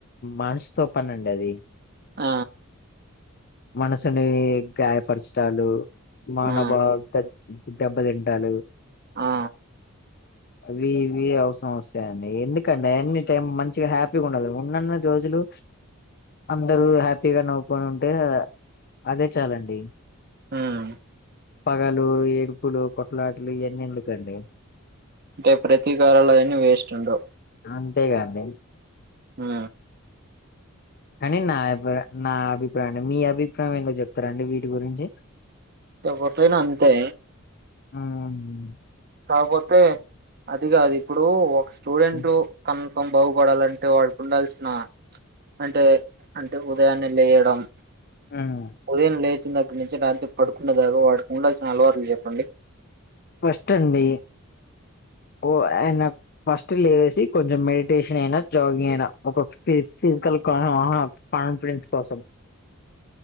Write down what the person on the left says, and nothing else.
మనసుతో పని అండి అది
మనసుని గాయపరచాటాలు మానవా
తాగ్ దెబ్బతింటాలు
అవి ఇవి అవసరం వస్తాయండి ఎందుకండి ఎన్ని టైం మం చిగా హ్యాపీగా ఉండలి ఉన్నన్ని రోజులు అందరు హ్యాపీగా నవ్వుకొని ఉంటే అదే చాలండి
పగలు ఏడుపులు కొట్లాట్లు ఇయన్నీ ఎందుకండి
అంతేగా అండి
కాని నా అభి నా అభిప్రాయం మీ అభిప్రాయం ఏందో చెప్తారండి వీటి గురించి
మ్మ్
హ్మ్.
ఉమ్.
ఫస్ట్ అండి ఓ యానక్ ఫస్ట్ లేసి కొంచెం మెడిటేషన్ అయినా జాగింగ్ అయిన ఒక ఫి ఫిజికల్ కహ ఆ కాన్ఫిడెన్స్ కోసం